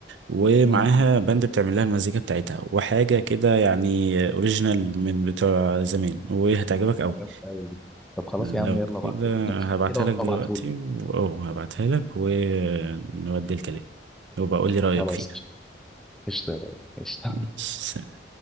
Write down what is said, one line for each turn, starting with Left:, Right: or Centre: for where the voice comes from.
Right: ومعاها
Centre: أمم.
Right: باند بتعمل لها المزيكا بتاعتها وحاجه كده يعني اوريجينال من بتوع زمان وهتعجبك قوي
Centre: ده جامد أوي دي طب خلاص
Right: لو
Centre: يا عم يلا بقى
Right: كده
Centre: نقفل
Right: هبعتها
Centre: كده وابعتهولي
Right: لك دلوقتي و- اه هبعتها لك ونودي الكلام وبقول لي رأيك
Centre: خلاص
Right: فيه
Centre: قشطة يا غالي، قشطة
Right: ماشي، سلام.